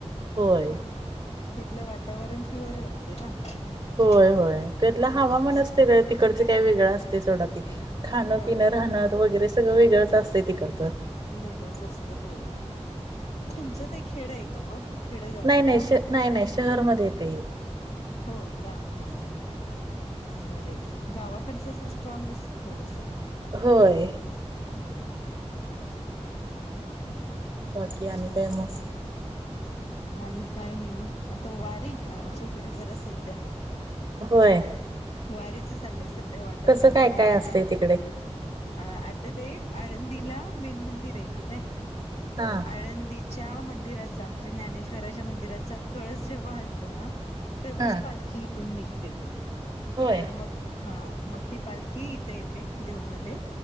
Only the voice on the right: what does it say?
होय
होय होय त्यातला हवामान
असते तिकडचे काय वेगळं असते सोड ती. खाण
पिणं राहण वगैरे सगळं वेगळंच असते. तिकडचं
नाही
नाही श नाही नाही शहरमध्ये येतय हे.
होय.
बाकी आणि
काय मग.
होय
कसं काय
काय
असतंय तिकडे
हा
हा
होय